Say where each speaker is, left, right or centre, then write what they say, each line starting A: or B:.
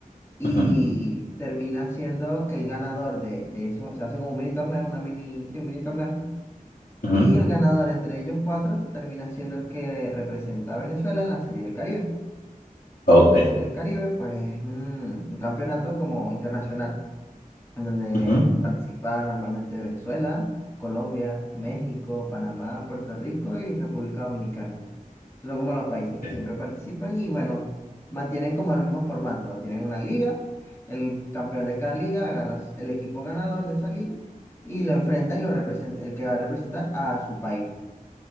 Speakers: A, on the left (about 20°); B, on the left (about 80°).
A: y
B: ujú,
A: termina siendo el ganador de, de eso. Se hace como un mini torneo, una mini, sí, un mini torneo.
B: ujú,
A: Y el ganador entre ellos cuatro termina siendo el que representa a Venezuela en la Serie del Caribe.
B: ok,
A: La Serie del Caribe, pues es un, un campeonato como internacional, en donde
B: ujú,
A: participa normalmente Venezuela, Colombia, México, Panamá, Puerto Rico y República Dominicana. Esos son como los países
B: ok.
A: que siempre participan y bueno, mantienen como el mismo formato. Tienen una liga, el campeón de cada liga agarras el equipo ganador de esa liga y lo enfrenta y lo representa, el que va a representar a su país.